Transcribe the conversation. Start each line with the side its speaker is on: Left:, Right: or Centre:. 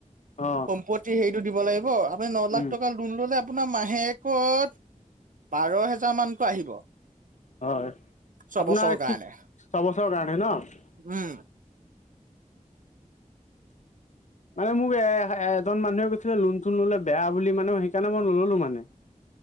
Left: অ',
Right: সম্পত্তি হেৰিটো দিব লাগিব আপুনি ন লাখ
Left: উম,
Right: টকা লোন ললে আপোনাৰ মাহেকত বাৰ হেজাৰ মান ত আহিব।
Left: হয়
Right: ছবছৰৰ
Left: আপোনাৰ
Right: কাৰণে
Left: কি ছবছৰৰ কাৰণে ন?
Right: উম
Left: <inaudible> মানে মোক এ এজন মানুহে কৈছিলে লোন চোন ললে বেয়া বুলি মানে সেইকাৰণে মই নললো মানে। <inaudible>